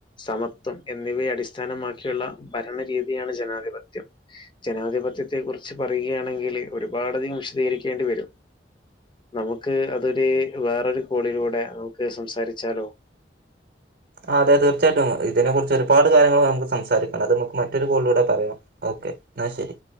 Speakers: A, on the left; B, on the right.
A: സമത്വം എന്നിവയെ അടിസ്ഥാനമാക്കിയുള്ള ഭരണരീതിയാണ് ജനാധിപത്യം ജനാധിപത്യത്തെ കുറിച്ച് പറയുകയാണെങ്കില് ഒരുപാടധികം വിശദീകരിക്കേണ്ടി വരും നമുക്ക് അതൊരു വേറൊരു കോളിലൂടെ നമുക്ക് സംസാരിച്ചാലോ
B: ആഹ് അതെ തീർച്ചയായിട്ടും ഇതിനെ കുറിച്ച് ഒരുപാട് കാര്യങ്ങൾ നമുക്ക് സംസാരിക്കണം അത് നമുക്ക് മറ്റൊരു കോളിലൂടെ പറയാം ഓക്കെ ന്ന ശരി